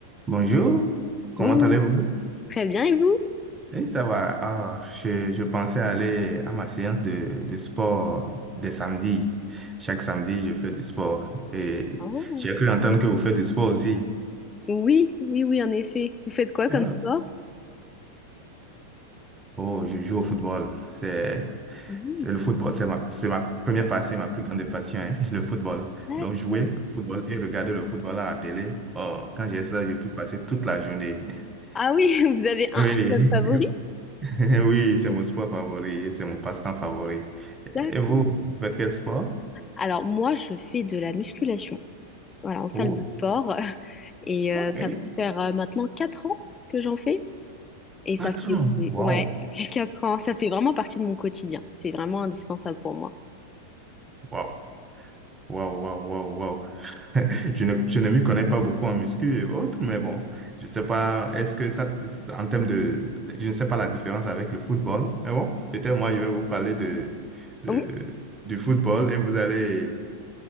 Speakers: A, on the right; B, on the left.
A: Bonjour, comment
B: Bonjour.
A: allez-vous?
B: Très bien, et vous?
A: Oui, ça va. Ah, je, je pensais aller à ma séance de, de sport des samedis. Chaque samedi, je fais du sport. Et
B: Oh,
A: j'ai cru entendre que vous faites du sport aussi.
B: Oui, oui, oui, en effet. Vous faites quoi comme
A: Ah.
B: sport?
A: Oh, je joue au football. C'est,
B: mhm,
A: c'est le football, c'est ma, c'est ma première passion, ma plus grande passion, hein, <laughs> le football.
B: d'accord.
A: Donc, jouer au football et regarder le football à la télé. Oh, quand j'ai ça, je peux passer toute la journée. <laughs>
B: Ah oui, <laughs> vous avez un,
A: Oui,
B: un club favori?
A: <laughs> Oui, c'est mon sport favori, c'est mon passe-temps favori.
B: D'accord.
A: Et vous, vous faites quel sport?
B: Alors moi, je fais de la musculation, voilà, en salle
A: Oh,
B: de sport. <laughs> Et
A: ok.
B: euh, ça va faire euh, maintenant 4 ans que j'en fais. Et ça
A: Patron,
B: fait,
A: waouh,
B: ouais, <laughs> 4 ans, ça fait vraiment partie de mon quotidien. C'est vraiment indispensable pour moi.
A: waouh, waouh, waouh, waouh, waouh. <laughs> Je ne, je ne m'y connais pas beaucoup en muscu et autres, mais bon, je sais pas, est-ce que ça, en termes de, je ne sais pas la différence avec le football, mais bon, peut-être moi, je vais vous parler de, de,
B: Oui,
A: du football et vous allez